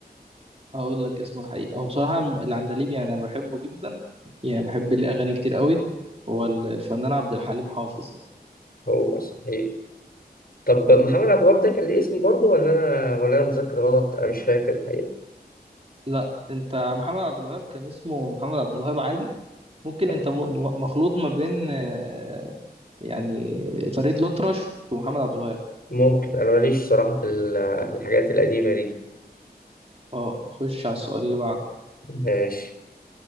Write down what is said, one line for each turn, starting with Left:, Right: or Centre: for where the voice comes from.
Right: هقول لك اسمه الحقيقي هو بصراحة العندليب يعني انا بحبه جدا يعني بحب ليه اغاني كتير قوي هو ال- الفنان عبد الحليم حافظ
Left: هو صحيح طب محمد عبد الوهاب ده كان ليه اسم برضه ولا أنا ولا أنا مذاكر غلط أنا مش فاكر الحقيقة
Right: لا انت محمد عبد الوهاب كان اسمه محمد عبد الوهاب عادي ممكن
Left: آه،
Right: انت م- م- مخلوط ما بين آه، يعني فريد الأطرش ومحمد عبد الوهاب
Left: ممكن أنا ماليش صراحة في ال- آه، في الحاجات القديمة دي
Right: اه نخش على السؤال اللي بعده
Left: ماشي